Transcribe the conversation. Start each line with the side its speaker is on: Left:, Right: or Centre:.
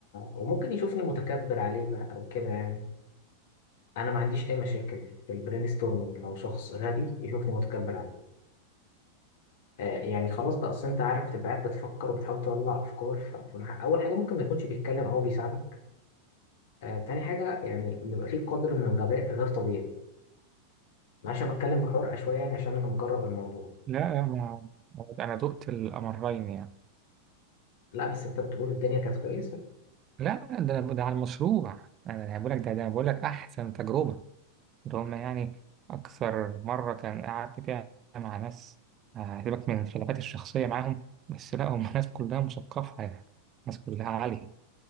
Left: وممكن يشوفني متكبر عليه بقى او كده يعني انا ما عنديش اي مشاكل في البرين ستورمنج لو شخص غبي يشوفني متكبر عليه آه، يعني خلاص بقى اصل انت عارف بتبقى قاعد بتفكر وبتحاول تطلع افكار ف- فمح- اول حاجه ممكن ما يكونش بيتكلم او بيساعدك آه تاني حاجه يعني بيبقى فيه قدر من الغباء غير طبيعي معلش انا بتكلم بحرقه شويه يعني عشان انا مجرب الموضوع
Right: لا ما أنا دقت الأمرين يعني
Left: لا بس انت بتقول الدنيا كانت كويسه
Right: لا ده أنا- ده على المشروع أنا بقول لك ده ده أنا بقول لك أحسن تجربة ده هما يعني أكثر مرة كان قعدت فيها مع ناس آه، سيبك من الخلافات الشخصية معاهم بس لا هم <laughs> ناس كلها مثقفة يعني ناس كلها عالية